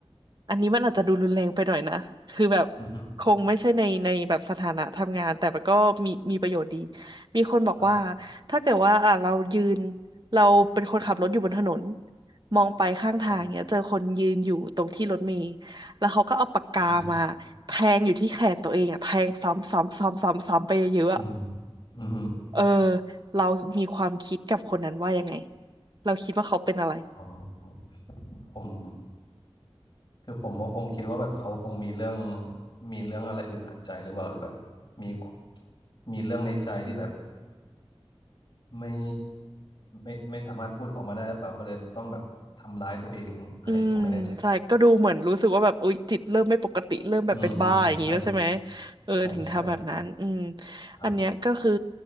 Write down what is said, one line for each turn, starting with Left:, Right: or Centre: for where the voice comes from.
Right: อันนี้มันอาจจะดูรุนแรงไปหน่อยนะคือแบบ
Left: อืม
Right: คงไม่ใช่ในในแบบสถานะทำงานแต่มันก็มีมีประโยชน์ดีมีคนบอกว่า
Left: ครับ
Right: ถ้าเกิดว่าอ่ะเรายืนเราเป็นคนขับรถอยู่บนถนนมองไปข้างทางเนี่ยเจอคนยืนอยู่ตรงที่รถเมล์
Left: ครับ
Right: แล้วเขาก็เอาปากกามาแทงอยู่ที่แขนตัวเองอะแทงซ้ำซ้ำซ้ำซ้ำซ้ำไปเยอะๆอะ
Left: อืม อืม อืม
Right: เออ เรามีความคิดกับคนนั้นว่ายังไง เราคิดว่าเขาเป็นอะไร
Left: อ๋อผมคือผมก็คงคิดว่าแบบเขาคงมีเรื่องมีเรื่องอะไรอึดอัดใจหรือเปล่าหรือแบบมีมีเรื่องในใจที่แบบไม่ไม่ไม่สามารถพูดออกมาได้หรือเปล่าก็เลยแบบต้องแบบทำร้ายตัวเองอะไรผมไม่แน่ใจ
Right: อืมใช่ก็ดูเหมือนรู้สึกว่าแบบอุ๊ยจิตเริ่มไม่ปกติเริ่มแบบเป็นบ้าอย่างนี้แล้วใช่ไหม
Left: อืมอืมอืมใช่
Right: เออถึงทำแบบนั้นอืม
Left: ใช่ ใช่ ครับ
Right: อันเนี้ยก็คือ